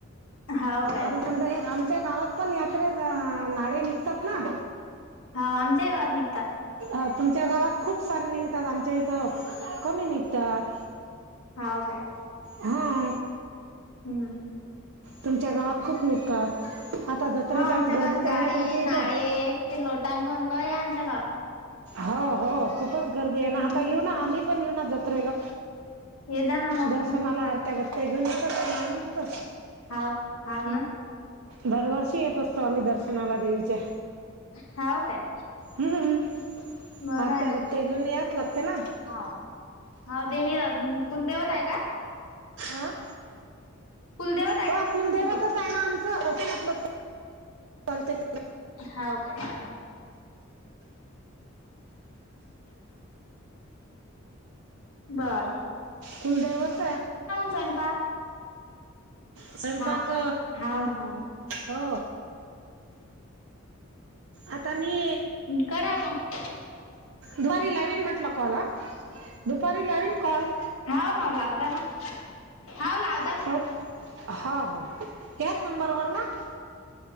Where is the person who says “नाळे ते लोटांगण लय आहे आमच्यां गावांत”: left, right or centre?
Left